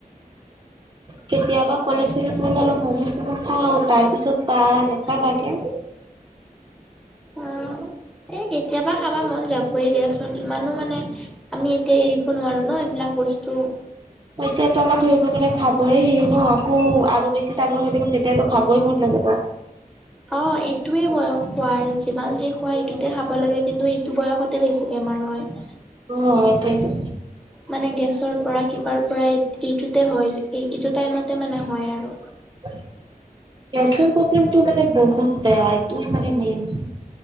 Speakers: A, on the right; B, in the centre.
A: কেতিয়াবা কলেজ চলেজ গলছ অলপ ম'ম চম' খাওঁ তাৰ পিছত তাই তা লাগে
B: অ এই কেতিয়াবা বা খাবা মন যাবই দিয়াচোন ইমানো মানে আমি এতিয়া এৰিব নোৱাৰোঁ ন এইবিলাক বস্তু
A: এতিয়াতো আমাৰ ধৰিব গলে খাবৰে হেৰি ন আকৌ আৰু বেছি <inaudible> তেতিয়াতো খাবই মন, নাযাবা।
B: অ, এইটোৱে বয়স খোৱাৰ, যিমান যি খোৱা এইটোতে খাব লাগে, কিন্তু এইটো বয়সতে বেছি বেমাৰ হয়।
A: অ, একেইটো।
B: মানে গেছৰ পৰা, কিবাৰ পৰা, ইটোতে হয়। এইতো টাইমতে মানে হয়, আৰু।
A: গেছৰ, প্ৰব্লেমটো, মানে বহুত বেয়াটো, মানে মেইন।